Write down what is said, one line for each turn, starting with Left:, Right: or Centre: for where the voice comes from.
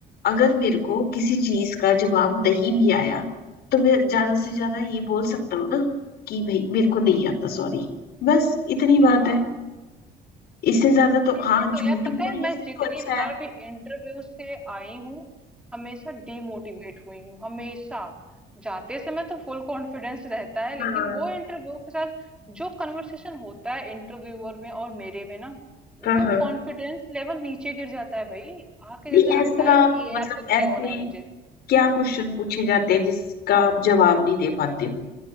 Left: अगर मेरे को किसी चीज का जवाब नहीं भी आया तो मैं ज्यादा
Centre: ठीक,
Left: से ज्यादा ये बोल सकता हूँ ना कि भाई मेरे को नहीं आता सॉरी बस इतनी बात
Centre: हाँ
Left: है इससे ज्यादा तो
Centre: ये
Left: हाँ झूठ
Centre: तो यार पता
Left: बोलने
Centre: है मैं
Left: से
Centre: जितनी
Left: तो अच्छा
Centre: बार
Left: है
Centre: भी इंटरव्यू से आई हूँ हमेशा डीमोटिवेट हुई हूँ हमेशा जाते समय तो फुल कॉन्फिडेंस रहता है लेकिन
Left: हाँ
Centre: वो इंटरव्यू के साथ जो कन्वर्सेशन होता है इंटरव्यूअर में और मेरे में ना एकदम
Left: हाँ हाँ
Centre: कॉन्फिडेंस लेवल नीचे गिर जाता है भाई आके
Left: नहीं
Centre: जैसे लगता
Left: ऐसा
Centre: है कि ये
Left: मतलब
Centre: यार कुछ नहीं
Left: ऐसे
Centre: होना है मुझे
Left: क्या क्वेश्चन पूछे जाते हैं जिसका आप जवाब नहीं दे पाते हो